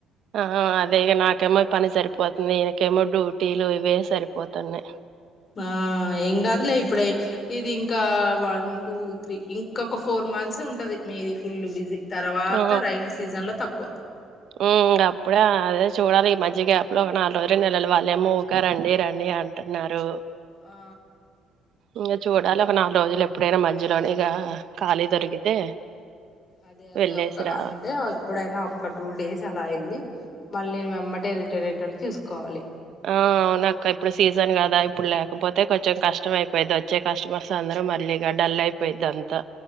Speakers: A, on the right; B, on the left.
A: ఆ అదేగా నాకేమో పని సరిపోతుంది ఈయనకేమో డ్యూటీలు ఇవే సరిపోతున్నాయి
B: ఆ ఏం కాదులే ఇప్పుడే ఇది ఇంకా వన్ టూ త్రీ ఇంకొక ఫోర్ మంత్స్ ఉంటది మీది ఫుల్ బిజీ తర్వాత
A: ఆ
B: రైైనీ సీజన్ లో తక్కువ
A: ఉమ్ అప్పుడే అదే చూడాలి ఈ మధ్య గ్యాప్లో ఒక నాలుగు రోజులు నెలలు వాళ్ళేమ ఊక రండి రండి అంటున్నారు
B: ఆ
A: ఇంక చూడాలి ఒక నాలుగు రోజులు ఎప్పుడైనా మధ్యలోనే ఇక ఖాళీ దొరికితే
B: అదే అదే
A: వెళ్ళేసిరా
B: ఒక్క అంటే ఎప్పుడైనా ఒక్క టూ డేస్ అలా వెళ్ళి మళ్ళీ నేను వెమ్మటే రిటర్న్ అయ్యేటట్టు తీసుకోవాలి
A: ఆ అవునక్క ఇప్పుడు సీజన్ కదా ఇప్పుడు లేకపోతే కొంచెం కష్టం అయిపోయిద్ది వచ్చే కస్టమర్స్ అందరూ మళ్ళీ ఇగా డల్ అయిపోయిద్ది అంతా